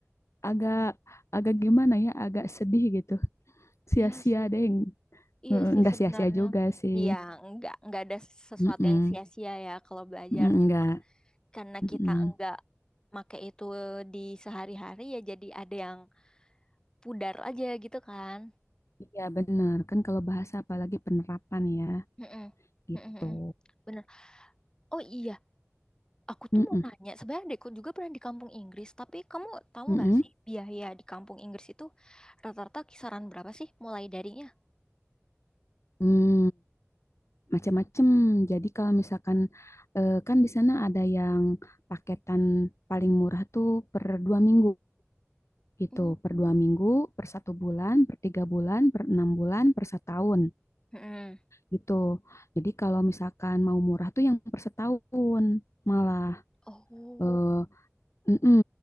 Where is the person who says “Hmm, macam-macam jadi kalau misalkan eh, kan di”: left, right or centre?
Left